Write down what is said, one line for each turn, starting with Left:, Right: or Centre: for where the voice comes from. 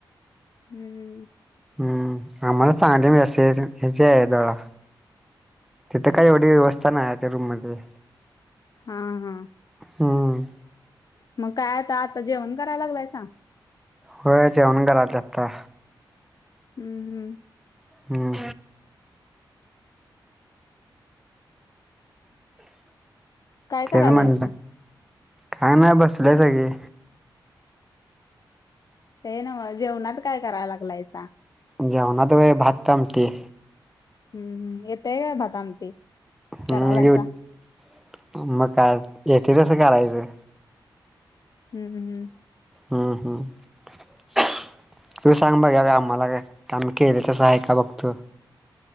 Left: <inaudible>
Centre: हम् आम्हाला चांगले मेस हे हेचे हाय जरा तिथे काय एवढी व्यवस्था नाही हाय त्या रूम मध्ये
Left: हा हा
Centre: हम्म
Left: मग काय आता आजच जेवण कराय लागलायसा?
Centre: होय जेवणं कराल तो आता
Left: हम्म हम्म
Centre: हम्म
Left: काय करायलायसा
Centre: तरी म्हटलं काय नाय बसलोय सगळी
Left: ते नव्हं जेवणात काय कराय लागलायसा?
Centre: जेवणात व्हय भात आमटी
Left: हम् हम येतंय का भात आमटी?
Centre: हम्म
Left: करायलायसा
Centre: <unintelligible> मग काय येते तसं करायचं
Left: हम्म हम्म हम्म.
Centre: हा हा <unintelligible> तू सांग बघायाला आम्हाला काय? आम्ही केले तसं हाय का बघतो